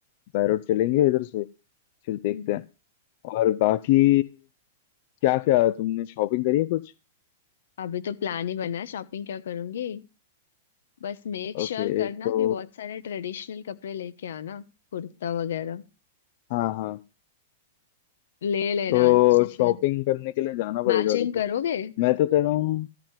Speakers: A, on the left; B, on the left.
A: बाय रोड चलेंगे इधर से फिर देखते
B: हम्म
A: हैं और बाकी क्या क्या तुमने शॉपिंग करी है कुछ
B: अभी तो प्लान ही बना है शॉपिंग क्या करूंगी बस मेक श्योर
A: ओके
B: sure करना
A: तो
B: कि बहुत सारे ट्रेडिशनल कपड़े लेके आना कुर्ता वगैरह
A: हाँ हाँ
B: ले लेना
A: तो
B: अच्छे
A: शॉपिंग
B: से
A: करने के लिए जाना पड़ेगा
B: मैचिंग
A: अभी तो
B: करोगे
A: मैं तो कह रहा हूँ